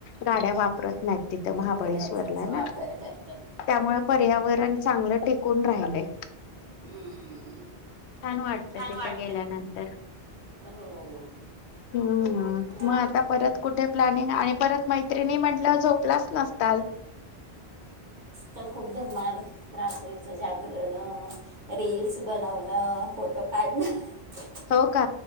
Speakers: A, on the left (about 80°); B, on the right (about 45°).
A: गाड्या वापरत नाहीत ते महाबळेश्वरला
B: घोड्याचाच वापर
A: ना
B: करतात
A: त्यामुळे पर्यावर तेन चांगलं टिकून राहिलंय.
B: हम्म.
A: छान वाटतं
B: छान
A: तिथं
B: वाटत
A: गेल्यानंतर,
B: हो
A: हमम
B: हा
A: मग आता परत कुठं प्लॅनिंग आहे आणि परत मैत्रिणी म्हणटल्याव झोपला आस नसताल?
B: तर खूप धम्माल रात्रीचं जागरण अअअअ रील्स बनवनं फोटो काढणं ह फो
A: हो का